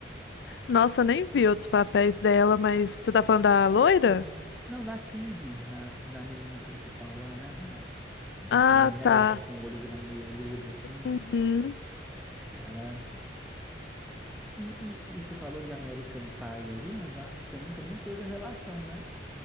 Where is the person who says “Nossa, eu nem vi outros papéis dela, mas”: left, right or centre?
Left